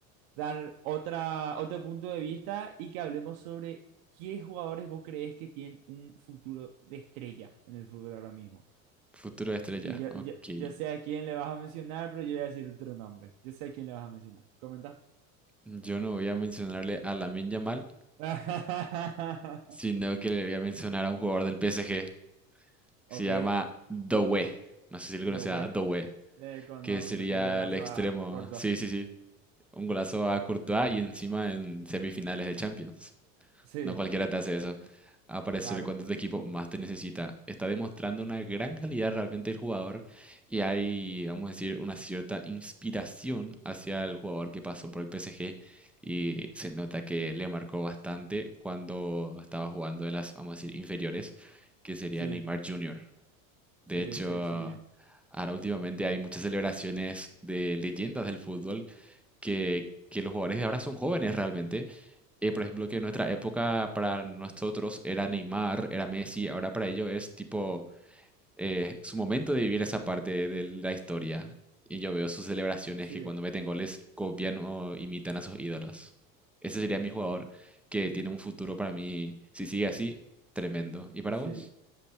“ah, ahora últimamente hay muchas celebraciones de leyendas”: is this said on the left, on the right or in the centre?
Centre